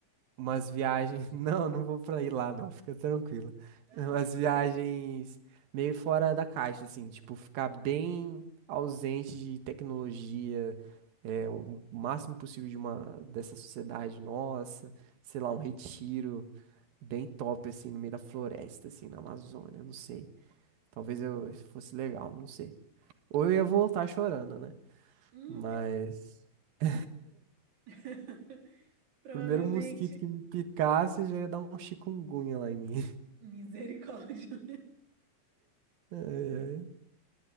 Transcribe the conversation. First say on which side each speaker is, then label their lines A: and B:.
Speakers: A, on the right (about 85°); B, on the right (about 55°).
A: umas viagens. <laughs> Não, não vou pra ir lá, não, fica tranquila.
B: Ah,
A: Umas viagens meio fora da caixa, assim, tipo, ficar bem ausente de tecnologia, é, o máximo possível de uma dessa sociedade nossa, sei lá, um retiro bem top, assim, no meio da floresta, assim, na Amazônia, não sei. Talvez eu fosse legal, não sei. Ou eu ia voltar chorando, né?
B: hum,
A: Mas. <laughs>
B: <laughs> Provavelmente.
A: Primeiro mosquito que me picasse já ia dar um chikungunya lá em mim.
B: Misericórdia.
A: Ai, ai.